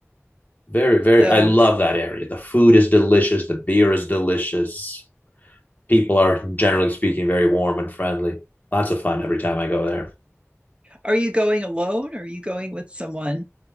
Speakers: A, on the left; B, on the right.
A: Very, very,
B: So,
A: I love that area. The food is delicious. The beer is delicious. people are generally speaking very warm and friendly. Lots of fun every time I go there.
B: are you going alone? Or are you going with someone?